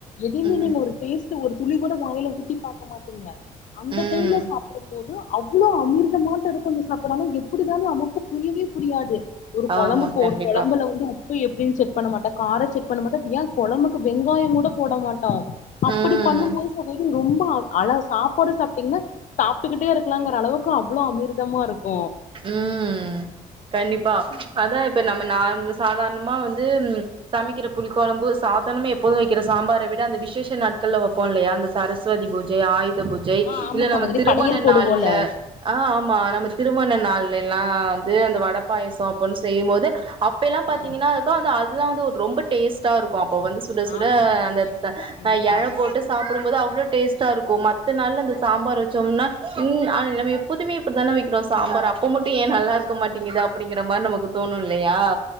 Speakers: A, on the left; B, on the right.
A: எதயுமே
B: ம்
A: நீங்க ஒரு டேஸ்ட்டு ஒரு துளி கூட வாயில ஊத்தி பாக்க மாட்டீங்க அந்த
B: ம்
A: டைம்ல சாப்புடும் போது அவ்ளோ அமிர்தமாட்டோ இருக்கு அந்த சாப்பாடு ஆனா எப் பிடிதான்னு நமக்கு புரியவே புரியாது ஒரு கொழம்பு
B: ஆமா
A: போ
B: கண்டிப்பா
A: ஒரு கொழம்புல வந்து உப் பு எப்டின்னு செக் பண்ண மாட்டோ கார செக் பண்ண மாட்டோ யேன் கொழம்புக்கு வெங்காயங் கூட போட மாட் டோ அப்பிடி
B: ம்
A: பண்ணும் போது சகோதரி ரொம்ப அள சாப்பாடு சாப்ட்டீங்ன்னா சாப்ட்டுக்கிட்டே இருக்கலாங்கிற அளவுக்கு அவ்ளோ அமிர்தமா இருக்கு
B: ம் கண்டிப்பா அதா இப்ப நம்ம நார் சாதாரணமா வந்து சமைக்கிற புளி கொழம்பு சாதனாமே எப்போது வைக்கிற சாம்பார விட அந்த விசேஷ நாட்கள்ல வப்போ இல்லயா அந்த சரஸ்வதி பூஜை ஆயுத பூஜை
A: ஆ ஆமா
B: இல்ல நம்ம
A: சகோதரி
B: திருமண
A: படையல் போடுவோல
B: நாள்ல ஆ ஆம்மா நம்ம திருமண நாள்லலா இது அந்த வட பாயசோ அப்பன் செய்யும்போது அப்பலா பாத்தீங்ன்னா
A: ஆ
B: க்கு வந்து அதுதா வந்து ரொம்ப டேஸ்ட்டா இருக்கு அப்ப வந்து சுட சுட
A: ஆமா சகோதரி
B: அந்த
A: கண்டிப்பா
B: த
A: கண்டிப்பா
B: எல போட்டு சாப்புடும் போது அவ்ளோ டேஸ்ட்டா இருக்கு மத்த நாள்ல இந்த சாம்பார் வச்சோம்னா ன் ஆ நம்ம எப்போதுமே இப்டித்தான வக்கிறோ சாம்பார் அப்போ மட்டு ஏ நல்லா இருக்க மாட்டிங்குது அப்டிங்கிற மாரி நமக்கு தோணு இல்லயா